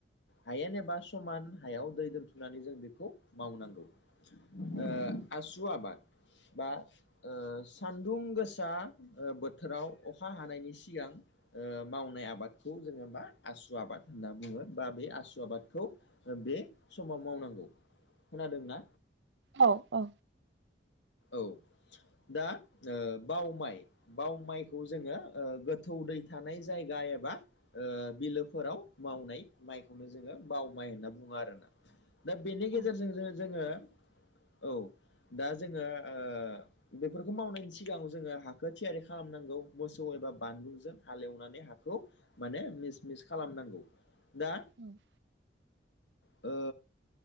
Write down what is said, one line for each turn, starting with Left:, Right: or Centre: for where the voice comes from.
Left: हायेन एबा समान हायाव दै दोनथुमनानै जों बेखौ मावनांगौ। ओ
Right: औ
Left: आसु आबाद बा ओ सान्दुं गोसा ओ बोथोराव अखा हानायनि सिगां ओ मावनाय आबादखौ जोङो मा आसु आबाद होनना बुङो बा बे आसु आबादखौ बे समाव मावनांगौ। खोनादोंना?
Right: औ औ
Left: औ दा ओ बाव माइ, बाव माइखौ जोङो गोथौ दै थानाय जायगा एबा ओ बिलोफोराव मावनाय माइखौनो जोङो बाव माइ होनना बुङो आरोना। दा बेनि
Right: औ
Left: गेजेरजों जो जोङो, औ दा जोङो ओ बेफोरखौ मावनायनि सिगाङाव जोङो हाखो थियारि खालामनांगौ मोसौ एबा बानलुजों हालेवनानै हाखौ माने मिस मिस खालामनांगौ। दा
Right: उम
Left: ओ